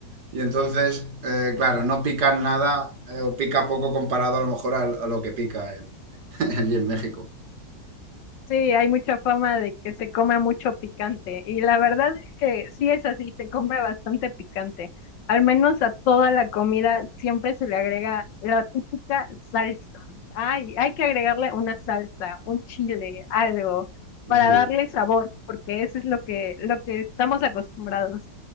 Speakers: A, on the right; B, on the left.
A: Y entonces, eh, claro, no pican nada eh, o pica poco comparado a lo mejor a, a lo que pica en- <laughs> allí en México.
B: Sí, hay mucha fama de que se come mucho picante y la verdad es que sí es así, se come bastante picante. Al menos a toda la comida siempre se le agrega la típica salsa. Ay, hay que agregarle una salsa, un chile, algo para
A: Sí.
B: darle sabor, porque eso es lo que lo que estamos acostumbrados.